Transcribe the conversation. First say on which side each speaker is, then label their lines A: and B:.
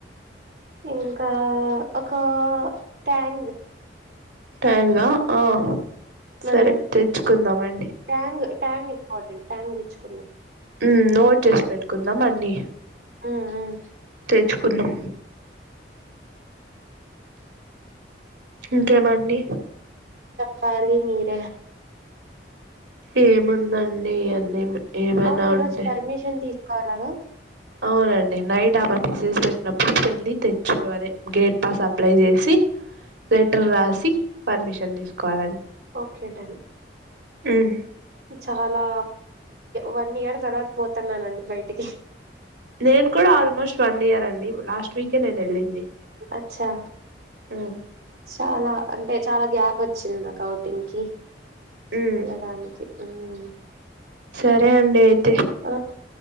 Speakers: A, on the right (about 55°); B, on the right (about 75°).
A: ఇంకా ఒక ట్యాంగ్
B: ట్యాంగా ఆ
A: మనం
B: సరే తెచ్చుకుందామండి
A: ట్యాంగ్ ట్యాంగ్ ఇంపార్టెంట్ ట్యాంగ్ తెచ్చుకుందాం
B: హ్మ్మ్ ఉ నోట్ చేసి పెట్టుకుందాం అన్ని
A: హ్మ్ హ్మ్
B: చ్చుకుందాం ఇంకేమండి
A: కాళి మీర
B: ఏముందండి అన్నీ ఏమైనా
A: అవును ఈరోజు
B: ఉంటే
A: పర్మిషన్ తీసుకోవాలగా
B: అవునండి నైట్ ఆమె మెసేజ్ పెట్టినప్పుడు వెళ్ళి తెచ్చుకోవలి గేట్ పాస్ అప్లై చేసి లెటర్ రాసి పర్మిషన్ తీసుకోవాలండి
A: ఓకే డన్
B: ఉమ్
A: చాలా వన్ ఇయర్ తర్వాత పోతున్నానండి బయటికి
B: నేను కూడా ఆల్మోస్ట్ వన్ ఇయర్ అండి లాస్ట్ వీకే నేను వెళ్ళింది
A: అచ్చా
B: ఉమ్
A: చాలా అంటే చాలా గ్యాప్ వచ్చింది ఔటింగ్ కి
B: ఉమ్
A: వెళ్ళడానికి ఉమ్
B: సరే అండి అయితే
A: ఓకే